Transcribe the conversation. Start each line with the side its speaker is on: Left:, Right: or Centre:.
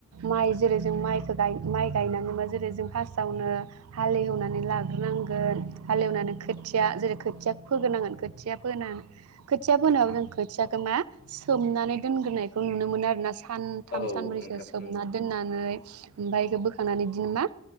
Right: माइ जेरै जों माइखौ माइ गायनाङोबा जेरै जों फार्स्टआवनो हालेवनानै लाग्रोनांगोन। हालेवनानै खोथिया जेरै खोथिया फोग्रोनांगोन खोथिया फोनानै खोथिया फोनायावो जों खोथियाखौ मा सोमनानै दोनग्रोनायखौ नुनो मोनो आरोना। सानथाम
Left: औ
Right: सानब्रैसो
Left: नोंथां
Right: सोमना
Left: नंगौ
Right: दोननानै। ओमफ्राय बेखौ बोखांनानै बिदिनो मा